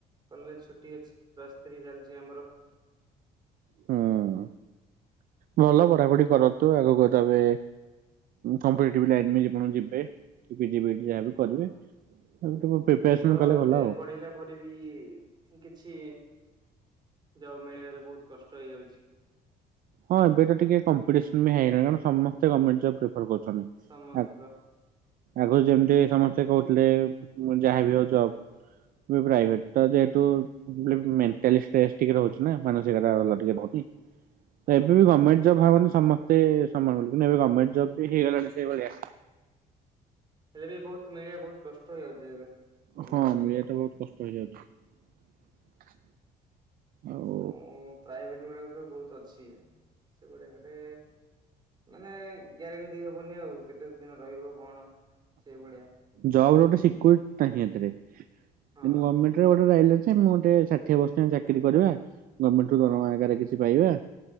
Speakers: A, on the right (about 25°); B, on the right (about 60°).
A: କଲେଜ ଛୁଟି ଅଛି ପ୍ଲସ୍ ଥ୍ରୀ ଚାଲିଛି ଆମର
B: ହୁଁ। ଭଲ ପଢାପଢି କରନ୍ତୁ ଆଗକୁ ତମେ କମ୍ପେଟିଟିଭ୍ ଲାଇନ୍ ରେ ଯେ ପଣ ଯିବେ ପିଜି ବି ଡି ଯାହାବି
A: ହଁ
B: କରିବେ ତାକୁ
A: ଏବେ
B: ପ୍ରିପାରେସନ
A: ବି ତ
B: କଲେ
A: ଏତେ
B: ଭଲ ଆଉ।
A: ପଢିଲା ପରେ ବି କିଛି ଜବ୍ ମିଳିବାରେ ବହୁତ କଷ୍ଟ ହେଇଯାଉଛି।
B: ହଁ ଏବେ ତ ଟିକେ କମ୍ପିଟିସନ ବି ହେଇଲାଣି କାରଣ ସମସ୍ତେ ଗଭର୍ଣମେଣ୍ଟ ଜବ ପ୍ରିଫର କରୁଛନ୍ତି
A: ସମସ୍ତ
B: ଆଗରୁ ଯେମତି ସମସ୍ତେ କହୁଥିଲେ ମୁଁ ଯାହାବି ହଉ ଜବ ବି ପ୍ରାଇଭେଟ ତ ଯେହେତୁ ମେଣ୍ଟାଲି୍ ଷ୍ଟ୍ରେସ୍ ଟିକେ ରହୁଛି ନା ମାନସିକତା ଭଲ ଟିକେ ରହୁନି।
A: ହଁ
B: ତ ଏବେ ବି ଗଭର୍ଣ୍ଣମେଣ୍ଟ ଜବ ହବନି ସମସ୍ତେ ସମାନ ବୋଲି କିନ୍ତୁ ଏବେ ଗଭର୍ଣମେଣ୍ଟ ଜବ ବି ହେଇଗଲାଣି ସେଇଭଳିଆ।
A: ହେଲେ ବି ବହୁତ ମିଳିବା ବହୁତ କଷ୍ଟ ହେଇଯାଉଛି ଏବେ। ଗଭର୍ଣ୍ଣମେଣ୍ଟ
B: ହଁ
A: ଜବ୍
B: ମିଲିବାଟା ବହୁତ କଷ୍ଟ ହେଇଯାଉଛି ଆଉ।
A: ଆଉ ପ୍ରାଇଭେଟ ଗୁଡାକ ତ ବହୁତ ଅଛି ସେଗୁଡାକରେ ମାନେ ଗ୍ୟାରେଣ୍ଟି ଦେଇ ହବନି ଆଉ କେତେ ଦିନ ରହିବ କଣ ସେଇ ଭଳିଆ।
B: ଜବ ଗୋଟେ ସିକୁରି ନାହିଁ ଏଥିରେ କିନ୍ତୁ
A: ହଁ
B: ଗଭରମେଣ୍ଟ ରେ ଗଟେ ରାଇଲ ଅଛି। ସେ ମୁଁ ଗେ ଷାଠିଏ ବର୍ଷ ଚାକିରି କରିବା ଗଭର୍ଣ୍ଣମେଣ୍ଟ
A: ହଁ
B: ରୁ ଦରମା ଆଗରେ କିଛି ପାଇବା।